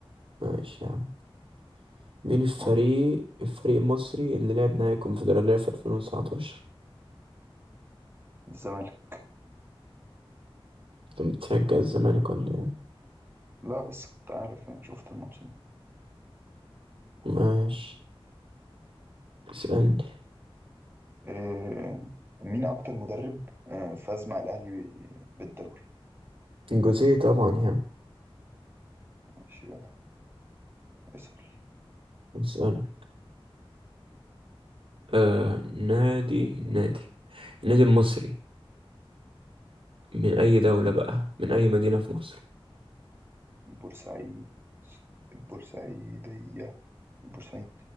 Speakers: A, on the right (about 65°); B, on the right (about 25°).
A: ماشي يا عم مين الفريق
B: قول
A: الفريق المصري اللي لعب نهائي الكونفدرالية في 2019
B: الزمالك
A: انت بتشجع الزمالك ولا ايه
B: لا بس كنت عارف يعني شفت الماتش ده
A: ماشي اسألني
B: إيه مين أكتر مدرب آه، فاز مع الأهلي بالدوري؟
A: جوزيه طبعا يعني
B: ماشي جدع اسأل
A: نسأله آه نادي نادي النادي المصري من أي دولة بقى من أي مدينة في مصر
B: بورسعيد البورسعيدية البورسعيد